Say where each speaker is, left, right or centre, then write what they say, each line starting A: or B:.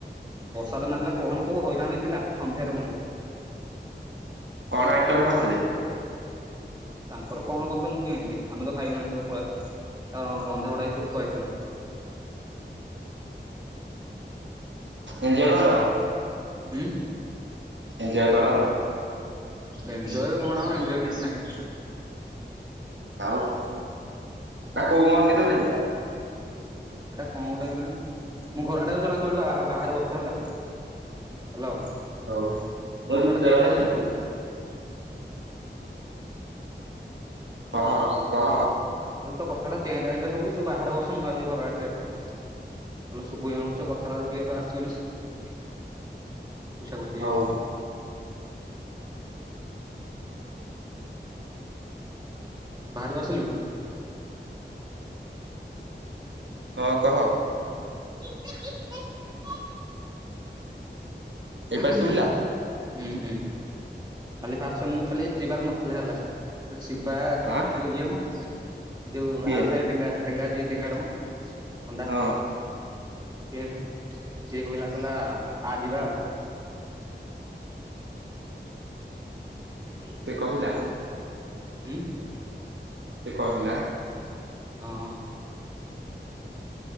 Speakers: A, on the right; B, on the right.
A: ବର୍ଷା ତ ନାଦିଲା କହନି କୋଉ ହଇରାଣ ହେଇକି ଆସିଚୁ ସନ୍ଧ୍ୟାରେ ପହଞ୍ଚିଲୁ।
B: କଣ
A: ଆଉ
B: ଆଇଟମ କରିଥିଲେ?
A: ତାଙ୍କର କଣ କରିଥିଲେ ମୁଁ କି ଆଣିଲି ଆମେ ତ ଖାଇନୁ ପଳେଇ ଆସିଲୁ ତାର ରନ୍ଧା ବଢା ହେଇକି ସବୁ ଥୁଆ ହେଇଥିଲା।
B: ଏଞ୍ଜୟେ କଲ?
A: ଉଁ?
B: ଏଞ୍ଜୟେ କଲ?
A: ଏଞ୍ଜୟେ କଣ ଟା ମ ଏଜୟେ କିଛି ନାହିଁ।
B: ଆଉ? ନା କୋଉ ମନ୍ଦିରରେ କି?
A: ଏଟା କଣ ଗୋଟେ କେଜାଣି ମୁଁ ଘର ଆଡ଼େ ଆଉଛି ଅନା ତୁ ଏଇଠୁ ବାହା -ବାହାରେ ବସିଥା ହେଲା। ହାଲୋ।
B: ହଉ
A: ତୋ
B: ମୁଁ
A: କଥା
B: ଭିତରେ
A: ଟା ଚେଁ
B: ଅଛି।
A: ଚାଁ ଚେଁ ଚାଁ ଶୁଭୁଚି।
B: ହଁ କହ।
A: କହିଲି ତୋ କଥା ଟା ଚେଁ ଚାଁ ଚେଁ ଚାଁ ଶୁଭୁଚି ତୁ ବାହାରେ ବସ ମୁଁ ଯାଉଚି ଘର ଆଡ଼େ ସିଆଡ଼େ କଥା ହବା। ଭଲ ସୁବିଧା ମିଳୁଛି କଥାରା ଯଦି ଆସିବନି ପଇସା କଟିଯିବ।
B: ହଉ
A: ବାହାରକୁ ଆସିଲୁ?
B: ହଁ କହ।
A: <unintelligible>
B: ଏଇପା
A: ହୁଁ
B: ଶୁଭିଲା
A: ହୁଁ। କାଲି ଫାଷ୍ଟ ମୁଁ ଖାଲି ଯିବାର ନଥିଲା ହେଲା ଶିବା
B: ଆଁ
A: ଯୋଉ ଇଏ ମ। ଏଇ ଯୋଉ
B: କିଏ
A: ଆର ସାହିରୁ ଡେଙ୍ଗା ଡେଙ୍ଗା ଯିଏ ଡେଙ୍ଗା ଟା ମ। ଅଣ୍ଡା
B: ହଁ
A: <unintelligible> ଠୁ। ସିଏ କହିଲା କହିଲା ଆ ଯିବା ଆଉ। ହ
B: ସେ କହିଲା
A: ଉଁ?
B: ସେ କହିଲା?
A: ହଁ।